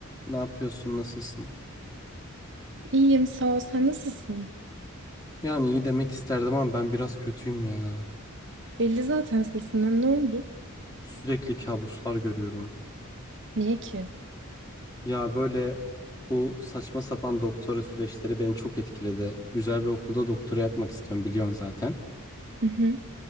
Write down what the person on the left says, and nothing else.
Ne yapıyorsun? Nasılsın?
Yani iyi demek isterdim ama ben biraz kötüyüm ya.
Sürekli kabuslar görüyorum.
Ya böyle bu saçma sapan doktora süreçleri beni çok etkiledi. Güzel bir okulda doktora yapmak istiyorum biliyorsun zaten.